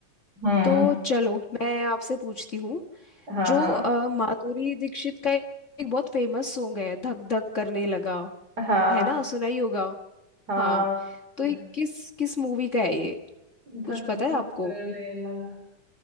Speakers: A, on the right (about 30°); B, on the left (about 35°).
A: हम्म
B: तो चलो मैं आपसे पूछती हूँ
A: हाँ
B: जो
A: हाँ
B: अ, माधुरी दीक्षित का एक एक बहुत फेमस सॉन्ग है धक धक करने लगा
A: हाँ
B: है ना सुना ही होगा
A: हाँ
B: हाँ तो
A: धक
B: ये किस किस मूवी का है ये
A: धक
B: कुछ पता
A: धक
B: है आपको
A: करने लगा